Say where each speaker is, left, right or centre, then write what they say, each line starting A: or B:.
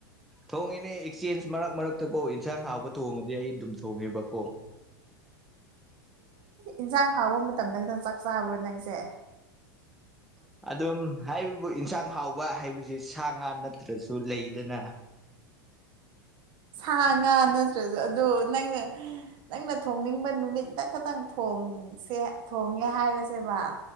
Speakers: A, in the centre; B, on the right.
A: ꯊꯣꯡꯉꯤꯅꯦ ꯑꯦꯛꯆꯦꯟꯁ ꯃꯔꯛ ꯃꯔꯛꯇ ꯀꯣ ꯌꯦꯟꯁꯥꯡ ꯍꯥꯎꯕ ꯊꯣꯡꯉꯗꯤ ꯑꯩ ꯑꯗꯨꯝ ꯊꯣꯡꯉꯦꯕꯀꯣ
B: ꯏꯟꯖꯥꯡ ꯍꯥꯎꯕ ꯃꯇꯝꯗ ꯈꯤꯇꯪ ꯆꯥꯛ ꯆꯥꯕ꯭ꯔꯣ ꯅꯪꯁꯦ
A: ꯑꯗꯨꯝ ꯍꯥꯏꯔꯤꯕꯕꯨ ꯌꯦꯟꯁꯥꯡ ꯍꯥꯎꯕ ꯍꯥꯏꯕꯕꯁꯤꯦ ꯁꯥ ꯉꯥ ꯅꯠꯇ꯭ꯔꯁꯨ ꯂꯩꯗꯅ
B: ꯁꯥ ꯉꯥ ꯅꯠꯇ꯭ꯔꯁꯨ ꯑꯗꯣ ꯅꯪꯅꯦ ꯅꯪꯅ ꯊꯣꯡꯅꯤꯡꯕ ꯅꯨꯃꯤꯠꯇ ꯈꯇꯪ ꯊꯣꯡꯁꯦ ꯊꯣꯡꯉꯦ ꯍꯥꯏꯔꯁꯦꯕ